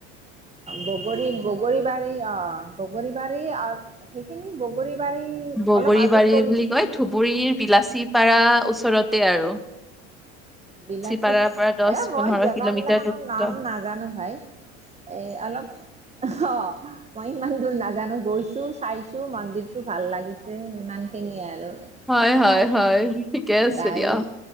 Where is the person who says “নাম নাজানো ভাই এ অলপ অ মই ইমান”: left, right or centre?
Right